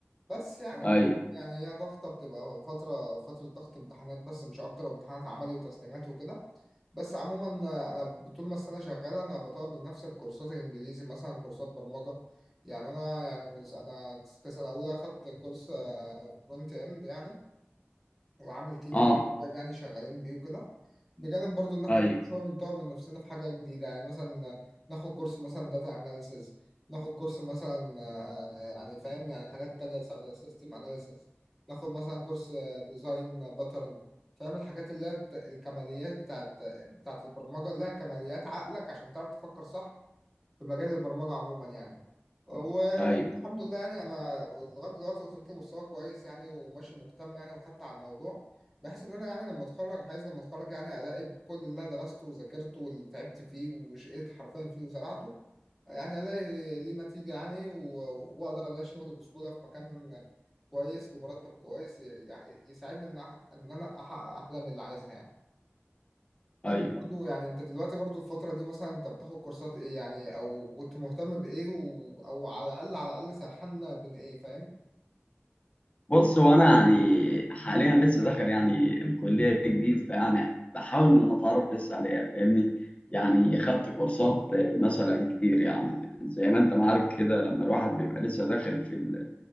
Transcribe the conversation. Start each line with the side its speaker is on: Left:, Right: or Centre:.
Centre: بس يعني
Left: ايوه
Centre: تمام يعني هي ضغطة بتبقى فترة فترة ضغط امتحانات بس مش أكتر وامتحانات عملي وتسليمات وكده بس عموما أنا طول ما السنة شغالة أنا بطور من نفسي في كورسات الإنجليزي مثلا كورسات برمجة يعني أنا يعني من أنا في سنة أولى أخدت كورس فرونت إند يعني وعامل تيم
Left: اه
Centre: انا والشباب يعني شغالين بيه وكده بجانب برضو ان احنا
Left: ايوه
Centre: كل شويه بنطور من نفسنا في حاجه جديده يعني مثلا ناخد كورس مثلا داتا اناليسز ناخد كورس مثلا آه، يعني فاهم يعني حاجات تانية سيستم اناليسز ناخد مثلا كورس ديزاين باترن فاهم الحاجات اللي هي الت- الكماليات بتاعت بتاعت البرمجه اللي هي كماليات عقلك عشان تعرف تفكر صح في مجال البرمجة عموما يعني و-
Left: ايوه
Centre: والحمد لله يعني أنا لغاية دلوقتي وصلت لمستوى كويس يعني وماشي مهتم يعني وخدت على الموضوع بحيث إن أنا يعني لما أتخرج عايز لما أتخرج يعني ألاقي كل اللي أنا درسته وذاكرته واللي تعبت فيه وشقيت حرفيا فيه وزرعته يعني ألاقي ليه نتيجة يعني و- وأقدر ألاقي شغل بسهولة في مكان كويس بمرتب كويس ي- يساعدني إن أح- إن أنا أحقق أحلامي اللي عايزها يعني.
Left: ايوه
Centre: انت برضو يعني انت دلوقتي برضو الفترة دي مثلا انت بتاخد كورسات ايه يعني او كنت مهتم بايه و... او على الاقل على الاقل سرحنا بين ايه فاهم
Left: بص هو انا يعني حاليا لسه داخل يعني الكليه جديد فيعني بحاول ان أنا اتعرف لسه عليها فاهمني
Centre: مم.
Left: يعني خدت كورسات آه، مثلا كتير يعني زي ما انت ما عارف كده لما الواحد بيبقى لسه داخل في